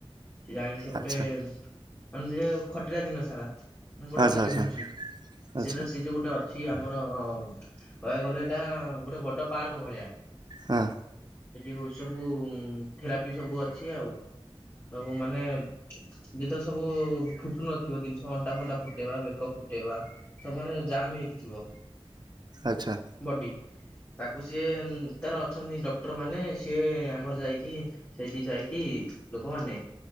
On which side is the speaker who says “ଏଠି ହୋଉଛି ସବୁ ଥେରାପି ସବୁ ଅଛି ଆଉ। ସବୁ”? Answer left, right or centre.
Left